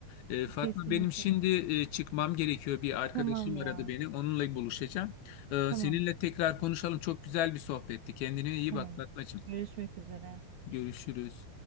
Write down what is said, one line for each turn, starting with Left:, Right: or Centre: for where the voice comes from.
Left: E, Fatma
Right: kesinlikle.
Left: benim şimdi e, çıkmam gerekiyor. Bir arkadaşım
Right: Tamamdır
Left: aradı
Right: abi.
Left: beni. Onunla buluşacağım. E,
Right: Tamamdır.
Left: seninle tekrar konuşalım. Çok güzel bir sohbetti. Kendine iyi
Right: Tamamdır.
Left: bak Fatmacığım.
Right: Görüşmek üzere.
Left: Görüşürüz.